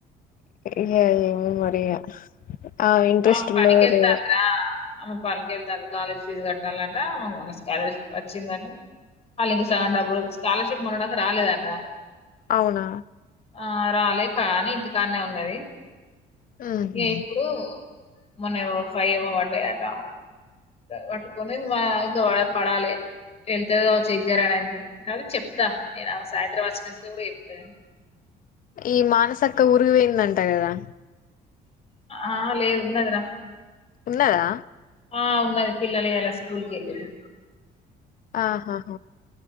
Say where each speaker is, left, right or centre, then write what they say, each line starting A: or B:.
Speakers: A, on the left; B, on the left.
A: ఇ ఏమో మరి ఇగ ఆ ఇంట్రెస్ట్
B: ఆమె పనికి
A: ఉన్నదో
B: వెళ్తాందిరా
A: లేదో
B: ఆమె పనికి ఎల్తాంది కాలేజ్ ఫీజు కట్టాలంట మాకు మన్న స్కాలర్షిప్ వచ్చిందట వాళ్ళు ఇంక శానా డబ్బులు స్కాలర్షిప్ మొన్నటిదాకా రాలేదట
A: అవునా
B: ఆ రాలే కానీ ఇంటికాన్నే ఉన్నది
A: ఉహు
B: ఇగ ఇప్పుడు మొన్న ఏవో ఫై ఏమో పడ్డాయాట పట్టుకనే ఇంకా పడాలి వెళ్తది కావచ్చు ఎగ్జామ్ రాయడానికి కానీ చెప్తా నేను ఆమెకు సాయంత్రం వచ్చినంక కూడా చెప్తా
A: ఈ మానసక్క ఉరికి పోయింది అంట కదా
B: ఆ లేదున్నదిరా
A: ఉన్నాదా
B: ఆ ఉన్నది పిల్లలు ఎలా స్కూల్కి వెళ్లిళ్లు
A: ఆహాహ